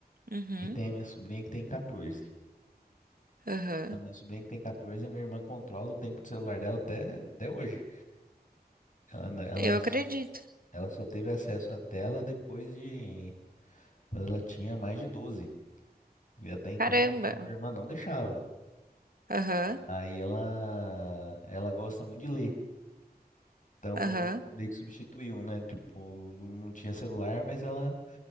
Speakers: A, on the right; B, on the left.
A: uhum,
B: E tem a minha sobrinha que tem catorze
A: aham.
B: A minha sobrinha que tem catorze a minha irmã controla o tempo do celular dela até, até hoje. Ela, n- ela,
A: Eu acredito.
B: s- ela só teve acesso à tela depois de quando ela tinha mais de doze E até então
A: Caramba.
B: minha minha irmã não deixava.
A: Aham,
B: Aí ela, ela gosta muito de ler. Então,
A: aham,
B: meio que substituiu, né? Tipo, não, não tinha celular, mas ela,